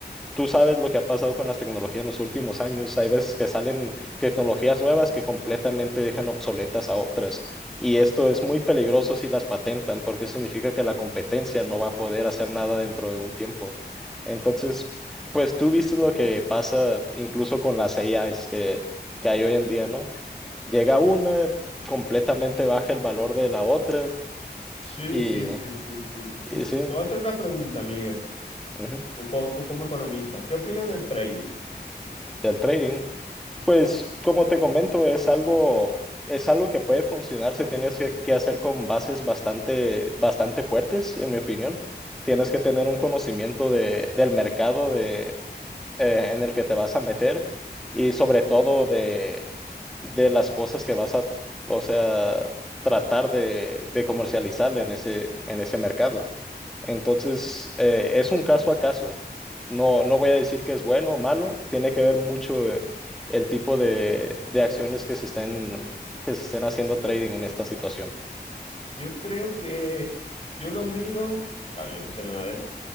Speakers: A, in the centre; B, on the left.
A: Tú sabes lo que ha pasado con las tecnologías en los últimos años. Hay veces que salen tecnologías nuevas que completamente dejan obsoletas a otras. Y esto es muy peligroso si las patentan, porque significa que la competencia no va a poder hacer nada dentro de un tiempo. Entonces, pues tú viste lo que pasa incluso con las AIs que, que hay hoy en día, ¿no? Llega una, completamente baja el valor de la otra
B: Sí,
A: y,
B: sí, sí, sí, sí.
A: y
B: Tú,
A: sí,
B: te voy a hacer una pregunta, Miguel.
A: ujú,
B: Tú, co- tú como economista, ¿qué opinas del trading?
A: del trading. Pues como te comento, es algo, es algo que puede funcionar si tienes que, que hacer con bases bastante, bastante fuertes, en mi opinión. Tienes que tener un conocimiento de, del mercado de, eh, en el que te vas a meter y sobre todo de, de las cosas que vas a, o sea, tratar de, de comercializar en ese, en ese mercado. Entonces, eh, es un caso a caso. No, no voy a decir que es bueno o malo, tiene que ver mucho eh, el tipo de, de acciones que se estén, que se estén haciendo trading en esta situación.
B: Yo creo que yo lo miro, claro, yo no sé nada de eso.